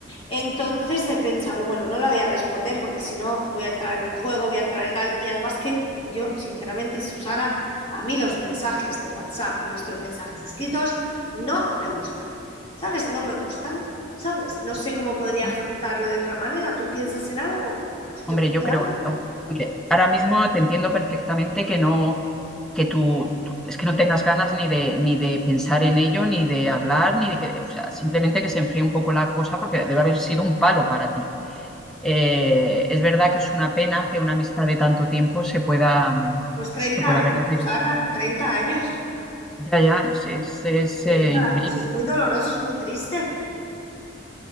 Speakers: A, on the left (about 25°); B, in the centre.
A: Entonces he pensado, bueno, no la voy a responder porque si no voy a entrar en un juego, voy a entrar en tal. Y además que yo, sinceramente, Susana, a mí los mensajes de WhatsApp y estos mensajes escritos no me gustan. ¿Sabes? No me gustan. ¿Sabes? No sé cómo podría
B: ¿Mm?
A: afrontarlo de otra manera. ¿Tú piensas en algo? ¿Se
B: Hombre,
A: te ocurre?
B: yo creo,
A: algo?
B: hombre, ahora mismo te entiendo perfectamente que no, que tú, tú- es que no tengas ganas ni de, ni de pensar en ello, ni de hablar, ni de que, o sea, simplemente que se enfríe un poco la cosa porque debe haber sido un palo para ti. Eh, es verdad que es una pena que una amistad de tanto tiempo se pueda,
A: Pues 30
B: se pueda
A: años,
B: ver deteriorada.
A: Susana, 30 años.
B: Ya, ya, es, es, es, eh,
A: treinta
B: increíble.
A: años, es muy doloroso, es muy triste.